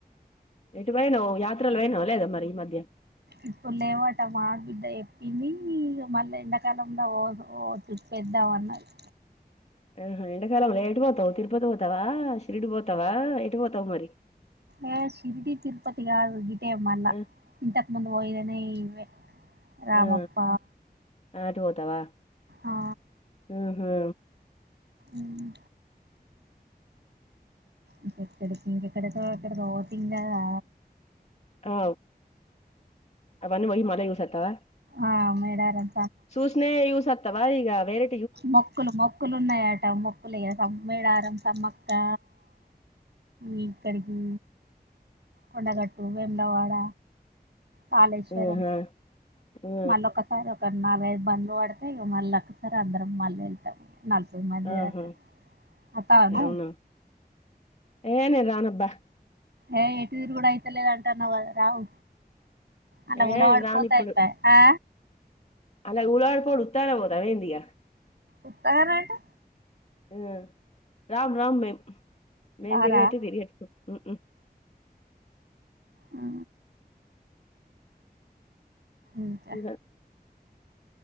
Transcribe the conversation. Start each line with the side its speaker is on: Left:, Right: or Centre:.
Left: ఎటువోయినవ్ యాత్రలు పోయినవ లేదా మరి ఈ మధ్య?
Right: ఇప్పుడు లేవట మా ఆడబిడ్డ చెప్పింది మళ్ళీ ఎండకాలంలో ఓదు ఓదు తి ఇద్దాం అన్నది.
Left: ఆహ ఎండాకాలం లెటు పోతవు తిరుపతి పోతవా, షిరిడి పోతావా, ఎటు పోతవు మరి?
Right: ఏ శిరిడి, తిరుపతిగాదు గిటే మల్ల
Left: ఆ
Right: ఇంతకు ముందు పోయినదే ఇవే. రామప్ప
Left: ఆ అటు పోతవా
Right: ఆ
Left: ఉహు
Right: ఉమ్ ఇంకెక్కడికి ఇంకెక్కడికో, ఎక్కడికో పోతిం కదా.
Left: ఆ అవన్న వోయ్యి మల్ల చూసోత్తవ
Right: ఆ మేడరం
Left: సూష్ణయే సూసొత్తవ ఇగ వేరే
Right: మొక్కులు మొక్కులున్నాయట. మొక్కులు ఇగ సంమ్మేడారం సమ్మ త ఈక్కడికి కొండగట్టు వేములవాడ కాళేశ్వరం
Left: ఆహా ఆ
Right: మళ్ళోకసారి ఒక నాలుగైదు బండ్లు వడ్తయ్ ఇగ మళ్ళోకసారి అందరం మల్లెల్తమ్ <unintelligible> మధ్యదాక
Left: ఆహా
Right: ఒత్తవా నువ్
Left: అవునా ఏ నేన్ రానబ్బా
Right: ఏ ఎటు తిరుగుడైతలేదంటన్నావ్ గద రావ్ అలా
Left: ఏ
Right: గులపాడి
Left: నేను రాను
Right: పోతెఉంటై
Left: ఇప్పుడు
Right: ఆ
Left: అలా గులా పడి పోడు ఉత్తగనే పోతావ ఏందిగా.
Right: వుత్తాగనే అంటే?
Left: ఆ రామ్ రామ్ మేమ్ మేం
Right: రారా
Left: తిరుగిట్టి తిరిగిట్ ఉ ఉ
Right: ఆ ఇంకా
Left: ఇంగ